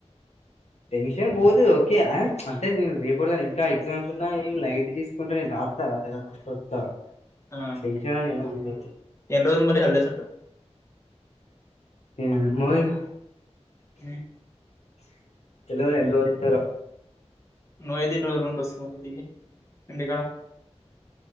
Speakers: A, on the left; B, on the left.
A: టెన్షన్ పోదు ఓకే అంటే నేను రేపు ఇప్పుడు కాని ఇంకా ఎగ్జమ్స్ ఉన్నాయి లైట్ తీసుకుంటా కాని తీసుకుంట నేను రాత్తా సొత్తా
B: ఆ
A: టెన్షన్ అని ఏం ఉండదు
B: ఎన్ని రోజులు మరి హాలిడేస్ ఉంటా
A: ఏమో ఇగ
B: ఉ
A: తెలువది ఎన్ని రోజులిస్తారో
B: నువ్వైతే ఎన్ని రోజులు ఉండి వస్తావ్ మరి ఇంటికి ఇంటికాడ